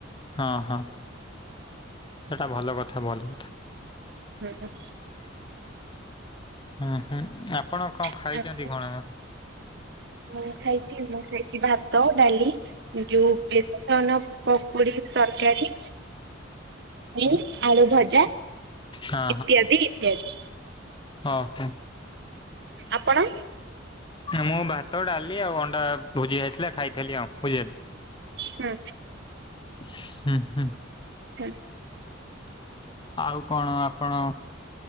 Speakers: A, on the left; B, on the right.
A: ହଁ ହଁ ସେଟା ଭଲ କଥା ଭଲ
B: ଉଁ ହୁଁ।
A: ହୁଁ ହୁଁ ଆପଣ କଣ
B: ଆଉ
A: ଖାଇଚନ୍ତି କଣ?
B: ମୁଁ ଖାଇଚି ମୁଁ ଖାଇଚି ଭାତ ଡାଲି ଯୋଉ ବେସନ ପୁଡି ତରକାରୀ <unintelligible> ଆଳୁ ଭଜା।
A: ହଁ।
B: ଇତ୍ୟାଦି ଇତ୍ୟାଦି।
A: ହଁ।
B: ଆପଣ
A: ମୁଁ ଭାତ ଡାଲି ଆଉ ଅଣ୍ଡା ଭୋଜିଆ ହେଇଥିଲା ଖାଇଥିଲି ଆଉ ବୁଝିିଲେ।
B: ହୁଁ।
A: ହୁଁ।
B: ହଁ।
A: ଆଉ କଣ ଆପଣ